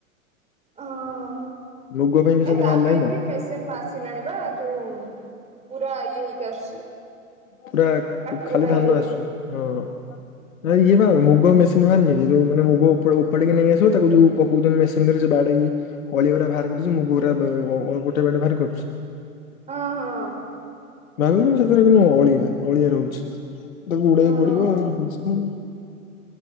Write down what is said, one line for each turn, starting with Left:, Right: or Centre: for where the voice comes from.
Right: ହଁ
Left: ମୁଗ ପାଇଁ ବି ସେମିତି
Right: ଏ ତା
Left: ବାହାରିଲାଣି
Right: ପାଇଁ
Left: ନା
Right: ବି ମେସିନ୍ ଆସ ସିଲାଣିି ପା ଯୋଉ ପୁରା ଇଏ ହେଇକି ଆସୁଛି।
Left: ପୁରା
Right: କାଠି
Left: ଖାଲି
Right: କୁଟା
Left: ଧାନ
Right: ଇଏ
Left: ଆସୁଛି ହଁ। ହେରା ଇଏ ନା ଆଉ ମୁଗ ମେସିନ ଭାନିକି ଯୋଉ ମାନ ମୁଗ ଉପ ଉପାଡିକି ନେଇ ଆସିବ ତାକୁ ଯୋଉ ପକଉଛନ୍ତି ମେସି ପୁଣି ଥରେ ସେ ବାଡେଇ ଅଳିଆ ଗୁରା ଭାଇର କରିଉଛି ମୁଁ ଗୋରା ଅ ଗୋଟେ ବାଟେ ବାହାର କରୁଛି।
Right: ହଁ ହଁ।
Left: ଭଙ୍ଗିବୁନି ସେଥେରେ ଖାଲି ଅଳିଆ ଅଳିଆ ରହୁଛି ତାକୁ ଉଡେଇ
Right: ହଁ।
Left: ପଡିବ ଆଉ।